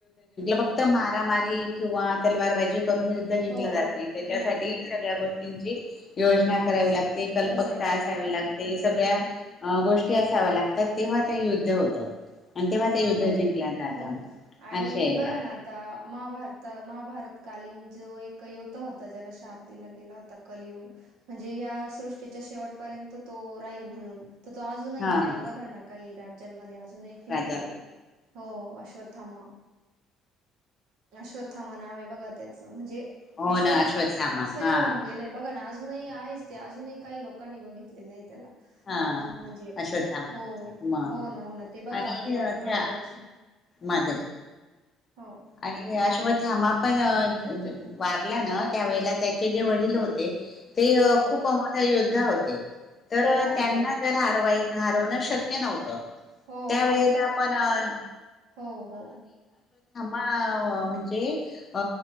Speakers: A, on the left; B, on the right.
A: फक्त मार मारी किंवा तलवार बाजी करून युद्ध जिंकलं
B: हो.
A: जात नाही, त्याच्यासाठी
B: नाही, नाही.
A: सगळ्या गोष्टींची योजना करावी
B: सांग
A: लागते. कल्पकता
B: योजना करावी
A: असावी लागते सगळ्या
B: हो.
A: गोष्ट. के असाव लागत तेव्हा ते युद्ध होतं. आणि तेव्हा ते
B: बरोबर
A: युद्ध
B: आहे
A: जिंकल्या
B: ना
A: जातं
B: हो हो, आणि
A: असे
B: बघा
A: हा
B: ना आता महाभारत. महाभारतकालीन जो एक योद्धा होता. ज्याला श्राप दिला गेला होता कलयुग म्हणजे या सृष्टीच्या शेवटपर्यंत तो राहील म्हणून. तर तो अजूनही
A: हा
B: आहे बघा ना. काही राज्यांनमध्ये अजू जुने फिर
A: राजा
B: हो अश्वथ थामा, अश्वथामा नाव आहे. बघा त्याच म्हणजे,
A: हो
B: असं
A: ना अश्वत्थामा
B: असं
A: हा
B: एक होऊन गेलंय, बघा ना आज. अजूनही आहेच ते अजूनही काही लोकांनी बघितलेले आहे त्याला.
A: हा
B: त्यांना म्हणजे
A: अश्वत्थामा
B: हो
A: मग
B: हो ना हो ना ते बघा
A: आणि
B: देवा
A: अ,
B: महादेवाची.
A: त्या मध्ये
B: हो.
A: आणि अश्वध्यामा पण वारल्या ना त्यावेेळेला त्याचे जे वडील होते. ते
B: हो,
A: खूप मोठ्या योद्ध त्यां होते, तर
B: हो
A: त्यांना
B: द्रोणाचार्य.
A: जर, हारवायच हारवण शक्य. के नव्हतं.
B: हो
A: त्यावेेळेला
B: मग अशोत थांबवायचं
A: पण अ
B: हो हो.
A: हं म्हणजे अ